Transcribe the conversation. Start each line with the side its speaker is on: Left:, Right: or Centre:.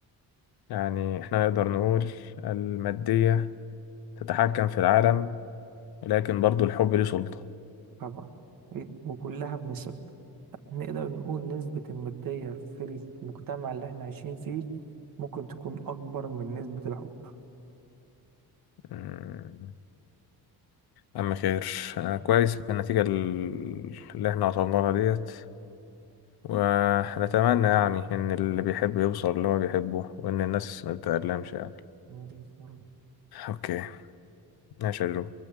Left: يعني احنا نقدر نقول المادية تتحكم في العالم لكن برضو الحب ليه سلطة
Right: طبعا إيه، وكلها بنسب نقدر نقول نسبة المادية في المجتمع اللي احنا عايشين فيه ممكن تكون أكبر من نسبة الحب
Left: أمم، أما خير أنا كويس بالنتيجة ال- اللي احنا وصلنا لها ديت ونتمنى يعني إن اللي بيحب يوصل اللي هو بيحبه وإن الناس ما تتألمش يعني
Right: وليد مرة.
Left: أوكي ماشي يا جو.